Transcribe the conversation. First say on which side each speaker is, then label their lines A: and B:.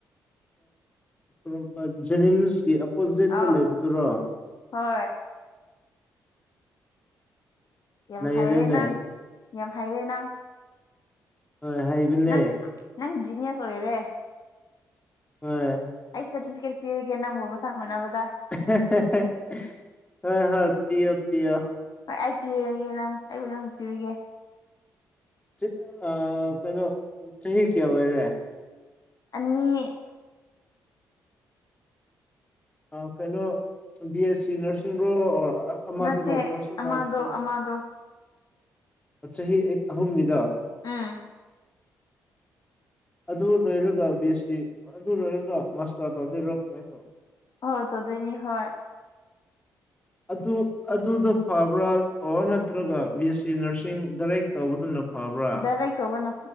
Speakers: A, on the left; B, on the left.
A: ꯄꯣꯔꯣꯝꯄꯥꯠ ꯖꯦꯅꯤꯝꯁꯀꯤ ꯑꯣꯄꯣꯖꯤꯠꯇ
B: ꯑꯧ
A: ꯂꯩꯕꯗꯨꯔꯣ
B: ꯍꯣꯏ ꯌꯥꯝ
A: ꯅꯩꯔꯦꯅꯦ
B: ꯍꯩꯔꯦ ꯅꯪ ꯌꯥꯝ ꯍꯩꯔꯦ ꯅꯪ
A: ꯍꯣꯏ ꯍꯩꯕꯅꯦ
B: ꯅꯪ ꯅꯪ ꯖꯤꯅꯤꯌꯁ ꯑꯣꯏꯔꯦ
A: ꯍꯣꯏ
B: ꯑꯩ ꯁꯥꯔꯇꯤꯐꯤꯀꯦꯠ ꯄꯤꯔꯒꯦ ꯅꯪꯕꯨ ꯃꯊꯪ ꯎꯨꯅꯕꯗ
A: ꯍꯦꯍꯦꯍꯦ ꯍꯣꯏ ꯍꯣꯏ ꯄꯤꯌꯣ ꯄꯤꯌꯣ
B: ꯍꯣꯏ ꯑꯩ ꯄꯤꯔꯒꯦ ꯅꯪ ꯑꯩꯕꯨ ꯅꯪꯕꯨ ꯄꯤꯔꯒꯦ
A: ꯆꯤ ꯑ ꯀꯩꯅꯣ ꯆꯍꯤ ꯀꯌꯥ ꯑꯣꯏꯔꯦ
B: ꯑꯅꯤ
A: ꯑ ꯀꯩꯅꯣ ꯕꯤ ꯑꯦꯁ ꯁꯤ ꯅꯔꯁꯤꯡꯔꯣ ꯑꯣꯔ ꯑꯃ
B: ꯅꯠꯇꯦ
A: ꯗꯨꯔꯣ ꯀꯣꯔꯁ ꯑꯃ
B: ꯑꯃꯗꯣ
A: <unintelligible>
B: ꯑꯃꯗꯣ
A: ꯆꯍꯤ ꯑꯍꯨꯝꯒꯤꯗꯣ
B: ꯎꯝ
A: ꯑꯗꯨ ꯂꯣꯏꯔꯒ ꯕꯤ ꯑꯦꯁ ꯁꯤ ꯑꯗꯨ ꯂꯣꯏꯔꯒ ꯃꯥꯁꯇꯔ ꯇꯧꯗꯣꯏꯔꯣ ꯀꯃꯥꯏꯅ ꯇꯧꯕ
B: ꯑꯣ ꯇꯧꯗꯣꯏꯅꯤ ꯍꯣꯏ
A: ꯑꯗꯨ ꯑꯗꯨꯗ ꯐꯕ꯭ꯔꯥ ꯑꯣꯔ ꯅꯠꯇ꯭ꯔꯒ ꯕꯤ ꯑꯦꯁ ꯁꯤ ꯅꯔꯁꯤꯡ ꯗꯥꯏꯔꯦꯛ ꯇꯧꯕꯗꯨꯅ ꯐꯕ꯭ꯔꯥ
B: ꯗꯥꯏꯔꯦꯛ ꯇꯧꯕꯅꯦ